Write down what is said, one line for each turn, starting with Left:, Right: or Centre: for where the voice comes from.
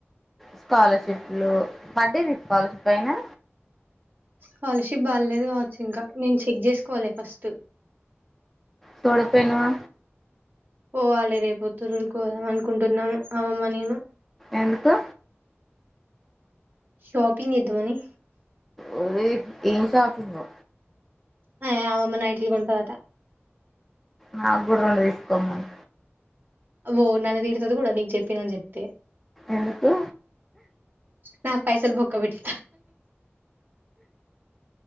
Centre: స్కాలర్షిప్లు, పడ్డది స్కాలర్షిప్ అయినా
Right: స్కాలర్షిప్ బాల్లేదు కావచ్చు ఇంకా నేను చెక్ చేసుకోవాలి ఫస్ట్
Centre: చూడకపోయినవా
Right: పోవాలి రేపు తొర్రుర్ కి పోదాం అనుకుంటున్నాము అమమ్మ నేను
Centre: ఎందుకు
Right: షాపింగ్ చేద్దామని
Centre: ఓ ఏం షాపింగో
Right: ఆ అమ్మమ్మ నైటీలు కొంటదాట
Centre: నాకు కూడా రెండు తీసుకోమ్మన్
Right: ఓ నన్ను తిడ్తది కూడా నీకు చెప్పినని చెప్తే
Centre: ఎందుకు
Right: నాక్ పైసలు బొక్క బెట్టి